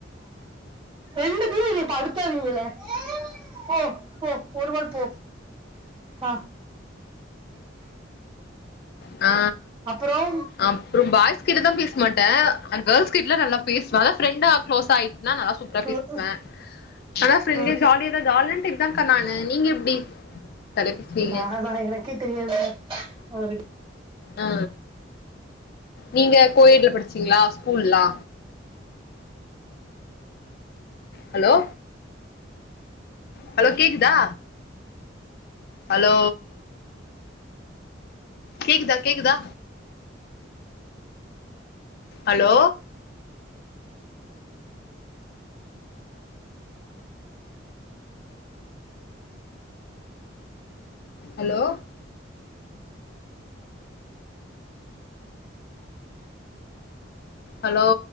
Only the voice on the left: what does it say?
ஆ
அப்பற பாய்ஸ் கிட்டதா பேச மாட்ட கேர்ள்ஸ் கிட்ட நல்லா பேசுவ ஃப்ரெண்டா க்ளோஸா ஆய நல்லா சூப்பரா
பேசுவ ஆனா ஃப்ரண்ட்லியா
ஜாலியா தா ஜாலி டைப் தான்க்கா நானு நீங்க எப்டி <unintelligible> பேசுவீங்க
ஆ நீங்க கோயெடுல படிச்சீங்களா ஸ்கூல்லா ஹலோ ஹலோ கேக்குதா ஹலோ கேக்குதா கேக்குதா அலோ ஹலோ ஹலோ